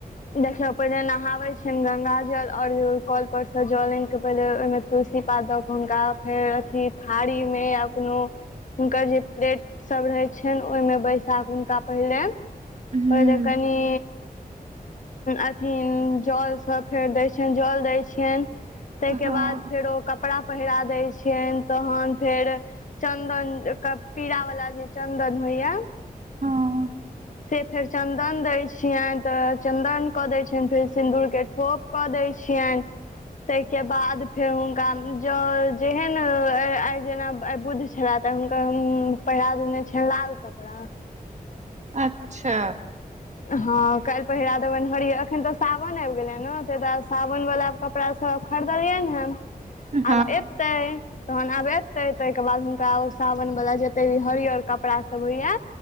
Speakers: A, on the left (about 55°); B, on the right (about 50°).
A: देखियौ पहिले नहाबे छियैन गंगा जल और कल पर से जल आनि के पहिले ओहि मे तुलसी पात द के हुनका फेर अथी थारी मे या कोनो हुनकर जे प्लेटसभ रहै छनि ओहिमे बैसा के हुनका पहिनेे
B: हूँ
A: ओहिमे कनि अथि जल सब फेर दै छियनि जल दै छियनि ताहिके
B: हँ
A: बाद फेर ओ कपड़ा पहिरा दै छियनि तखन फेर चन्दन के पीड़ा वाला जे चन्दन होइये
B: हँ।
A: से फेर चन्दन दै छियनि तऽ चन्दन कऽ दै छियनि फेर सिन्दूरके ठोप कऽ दै छियनि ताहिके बाद फेर हुनका ज जेहन आइ जेना बुध छेला तऽ हुनका पहिरा देने छियैन लाल कपड़ा।
B: अच्छा।
A: हँ काल्हि पहिरा देबैन हरियर, एखन तऽ सावन आबि गेलै ने ताहि दुआरे सावन वला कप कपड़ा सब खरीदलियै हन
B: हँ
A: आब एतै तहन आब एतै, ताहिके बाद हुनका सावन वला जतेक भी हरियर कपड़ासभ होइए